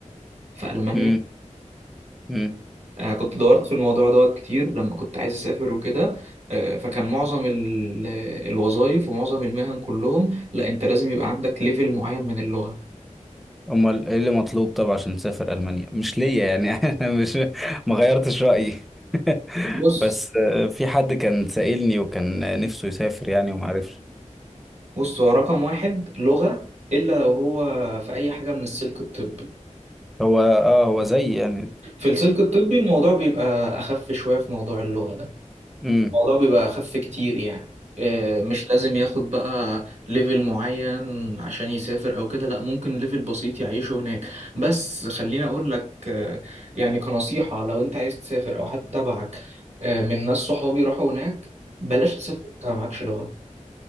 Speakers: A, on the right; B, in the centre.
A: في ألمانيا
B: مم. مم.
A: آه، كنت دورت في الموضوع دوت كتير لما كنت عايز أسافر وكده آه، فكان معظم ال- الوظائف ومعظم المهن كلهم لا أنت لازم يبقى عندك ليفل معين من اللغة
B: امال ايه اللي مطلوب طب عشان تسافر المانيا مش ليا يعني <laughs> انا مش ما غيرتش رايي <laughs>
A: بص
B: بس آه، في حد كان سائلني وكان آه، نفسه يسافر يعني وما عرفش
A: بص هو رقم واحد لغة إلا لو هو في أي حاجة من السلك الطبي
B: هو اه هو زي يعني
A: في السلك الطبي الموضوع بيبقى أخف شوية في موضوع اللغة ده
B: امم
A: الموضوع بيبقى أخف كتير يعني آه، مش لازم ياخد بقى ليفل معين عشان يسافر أو كده لأ ممكن ليفل بسيط يعيشه هناك بس خليني أقول لك آه، يعني كنصيحة لو أنت عايز تسافر أو حد تبعك آه، من ناس صحابي راحوا هناك بلاش تسافر وأنت معكش لغة